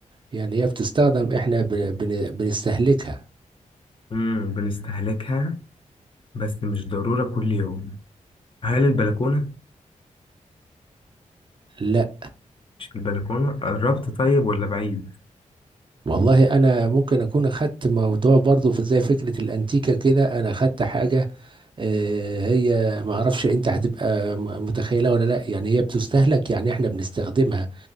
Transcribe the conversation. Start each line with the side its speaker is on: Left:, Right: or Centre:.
Right: يعني هي بتستخدم احنا بن... بن... بنستهلكها
Left: مم بنستهلكها بس مش ضرورة كل يوم هل البلكونة؟
Right: لا
Left: مش البلكونة قربت طيب ولا بعيد؟
Right: والله انا ممكن اكون اخدت موضوع برضو في- زي فكره الانتيكه كده انا اخدت حاجه آه، هي ما اعرفش انت هتبقى م- متخيلها ولا لا يعني هي بتستهلك يعني احنا بنستخدمها